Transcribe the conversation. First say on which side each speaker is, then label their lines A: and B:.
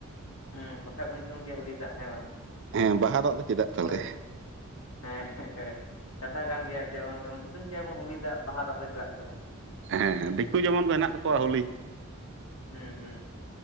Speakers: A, on the left; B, on the right.
A: ᱦᱮᱸ ᱵᱟᱠᱷᱟᱡ ᱵᱚᱱ ᱧᱩᱛᱩᱢ ᱜᱮᱭᱟ ᱦᱚᱩᱞᱤ ᱫᱟᱜ ᱦᱮᱸ ᱵᱟᱝ
B: ᱦᱮᱸ ᱵᱟᱦᱟ ᱫᱟᱜ ᱫᱚ ᱪᱮᱫᱟᱜ ᱛᱟᱞᱮ
A: ᱦᱳᱭ ᱦᱮᱸ ᱦᱮᱸ ᱦᱸ ᱠᱟᱛᱷᱟ ᱠᱟᱱ ᱜᱮᱭᱟ ᱡᱮᱢᱚᱱ ᱡᱮᱢᱚᱱ ᱧᱩᱛᱩᱢ ᱠᱮᱭᱟᱵᱚᱱ ᱦᱚᱞᱤᱤ ᱫᱟᱜ ᱵᱟᱦᱟ ᱫᱟᱜ ᱫᱚ ᱪᱮᱫᱟᱜ ᱛᱟᱞᱮ
B: ᱦᱮᱸ ᱦᱮᱸ ᱫᱤᱠᱩ ᱡᱮᱢᱚᱱ ᱠᱚ ᱦᱮᱱᱟᱜ ᱛᱟᱠᱚᱣᱟ ᱦᱳᱞᱤ
A: ᱦᱮᱸ ᱦᱮᱸ